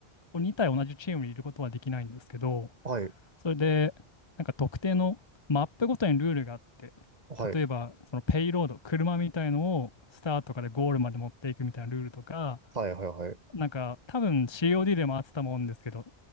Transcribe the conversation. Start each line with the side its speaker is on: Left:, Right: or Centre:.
Left: 2体同じチームにいることはできないんですけど、
Right: はい。
Left: それで、なんか特定のマップごとにルールがあって、
Right: はい。
Left: 例えばそのペイロード、車みたいのをスタートからゴールまで持っていくみたいなルールとか、
Right: はいはいはい。
Left: なんか多分 COD でもあってたもんですけど、